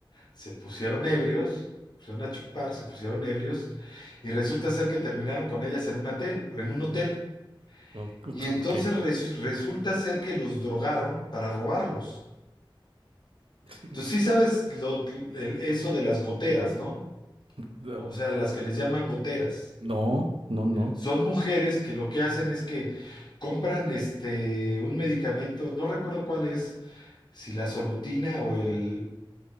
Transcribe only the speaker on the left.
se pusieron ebrios, pusieron a chupar, se pusieron ebrios, y resulta ser que terminaron con ellas en un hotel, en un hotel.
Y entonces res- resulta ser que los drogaron para robarlos.
Entonces sí sabes lo, el- eso de las goteras, ¿no?
O sea, las que les llaman goteras.
Son mujeres que lo que hacen es que compran este un medicamento, no recuerdo cuál es, si la solutina o el,